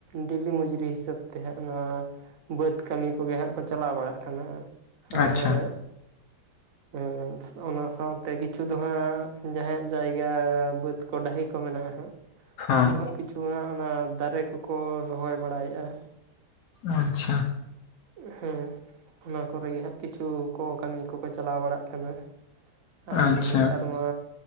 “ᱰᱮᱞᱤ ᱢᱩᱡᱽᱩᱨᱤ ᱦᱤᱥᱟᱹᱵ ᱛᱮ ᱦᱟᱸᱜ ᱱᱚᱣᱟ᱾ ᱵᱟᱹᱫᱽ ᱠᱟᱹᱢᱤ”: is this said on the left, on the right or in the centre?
Right